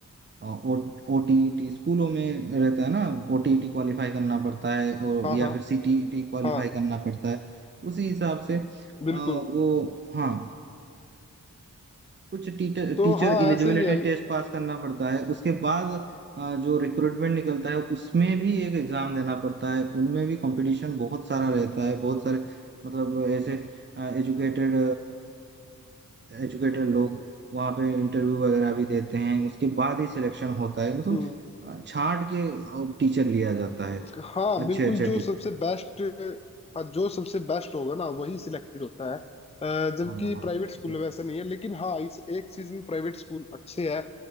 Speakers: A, on the right; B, on the left.
A: ओटीईटी स्कूलों में रहता है ना ओटीईटी क्वालिफाई करना पड़ता है और
B: हाँ
A: या
B: हाँ
A: फिर सीटीईटी क्वालिफाई
B: हाँ
A: करना पड़ता है उसी हिसाब से अ,
B: बिल्कुल
A: वो हाँ कुछ teacher
B: तो
A: teacher
B: हाँ
A: eligibility
B: ऐसे ही है
A: test pass करना पड़ता है उसके बाद अ, जो रिक्रूटमेंट निकलता है उसमें भी एक एग्जाम देना पड़ता है उनमें भी कंपटीशन बहुत सारा रहता है बहुत सारे मतलब ऐसे एजुकेटेड एजुकेटेड लोग वहाँ पे इंटरव्यू वगैरह भी देते हैं उसके बाद ही सिलेक्शन होता है मतलब
B: हम्म
A: अ, छांट के टीचर लिया जाता है
B: हाँ
A: अच्छे
B: बिल्कुल
A: अच्छे टीचर
B: जो सबसे बेस्ट हाँ जो सबसे बेस्ट होगा ना वही सिलेक्टेड होता है अ, जबकि
A: हाँ हाँ
B: प्राइवेट स्कूल
A: जी
B: में
A: जी
B: वैसा नहीं है लेकिन हाँ इस एक चीज में प्राइवेट स्कूल अच्छे है